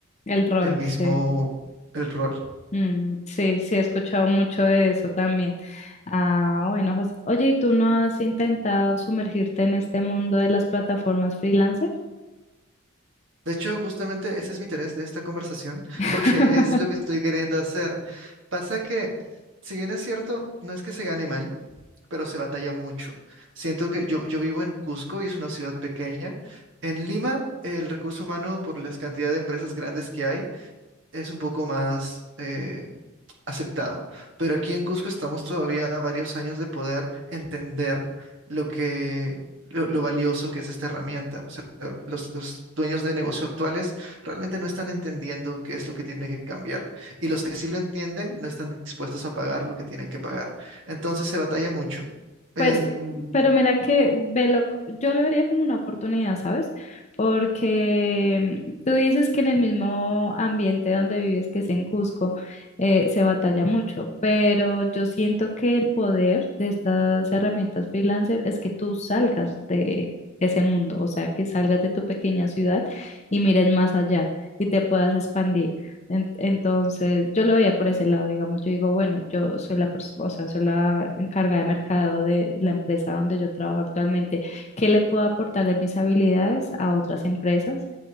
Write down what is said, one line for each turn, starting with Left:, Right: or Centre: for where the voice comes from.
Left: El rol,
Right: el mismo,
Left: sí.
Right: el rol.
Left: Mm, sí, sí, he escuchado mucho de eso también. Ah, bueno, José. Oye, ¿y tú no has intentado sumergirte en este mundo de las plataformas freelancer?
Right: De hecho, justamente ese es mi interés de esta conversación,
Left: <laughs>
Right: <laughs> porque es lo que estoy queriendo hacer. Pasa que, si bien es cierto, no es que se gane mal, pero se batalla mucho. Siento que yo, yo vivo en Cusco y es una ciudad pequeña. En Lima, el recurso humano, por las cantidad de empresas grandes que hay, es un poco más eh, aceptado. Pero aquí en Cusco estamos todavía a varios años de poder entender lo que, lo, lo valioso que es esta herramienta. O sea, los, los dueños de negocio actuales realmente no están entendiendo qué es lo que tiene que cambiar. Y los que sí lo entienden no están dispuestos a pagar lo que tienen que pagar. Entonces se batalla mucho. En...
Left: Pues, pero mira que velo, co- yo lo vería como una oportunidad, ¿sabes? Porque mm, tú dices que en el mismo ambiente donde vives, que es en Cusco, eh, se batalla mucho, pero yo siento que el poder de estas herramientas freelancer es que tú salgas de ese mundo, o sea, que salgas de tu pequeña ciudad y mires más allá y te puedas expandir. En- Entonces, yo lo veía por ese lado, digamos, yo digo, bueno, yo soy la persona, o sea, soy la encargada de mercado de la empresa donde yo trabajo actualmente. ¿Qué le puedo aportar de mis habilidades a otras empresas